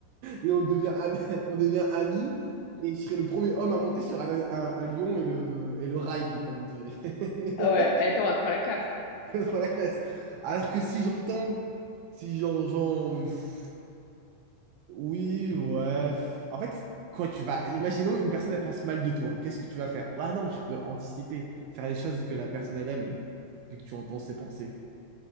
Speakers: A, on the right (about 80°); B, on the left (about 80°).
A: Et on devient, ami- <laughs> on devient amis. Et je serai le premier homme à monter sur un, un- un lion et le, et le ride, comme on dirait. <laughs>
B: Ah ouais, attends, apprends la classe.
A: Trop la classe. Alors que si j'entends, si j'en, j'en- pff, Oui, ouais. pff. En fait, quand tu vas. Imaginons une personne, elle pense mal de toi. Qu'est-ce que tu vas faire? Ouais, non, tu peux anticiper, faire les choses que la personne, elle aime, vu que tu entends ses pensées.